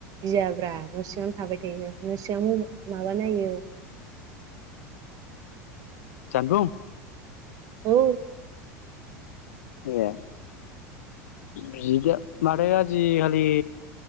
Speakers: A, on the right; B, on the left.
A: गियाब्रा न' सिङावनो थाबाय थायो। ओरैनो नसिंआव माबा नायो।
B: जानबुं
A: औ
B: ए बिदि माथो आजिखालि